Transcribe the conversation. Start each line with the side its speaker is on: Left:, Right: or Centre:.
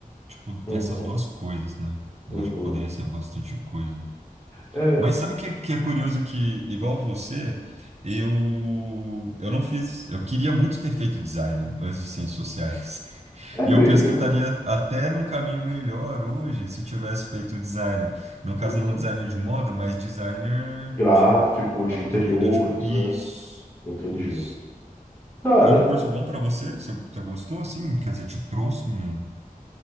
Right: tipo, dessas
Left: uhum,
Right: duas coisas, né? Eu
Left: uhum.
Right: acho que poderia ser bastante coisa.
Left: É,
Right: Mas sabe o que, é- que é curioso que, igual você, eu, eu não fiz. Eu queria muito ter feito designer antes de ciências sociais.
Left: é mesmo.
Right: E eu penso que eu estaria até num caminho melhor hoje se eu tivesse feito designer. No caso,
Left: Uhum.
Right: não designer de moda, mas designer
Left: Gráfico
Right: de
Left: de
Right: lado
Left: interiores,
Right: para o mundo de. Isso,
Left: né? Entendi.
Right: isso.
Left: Cara,
Right: Foi um curso bom para você? Você, você gostou, assim? Quer dizer, te trouxe um,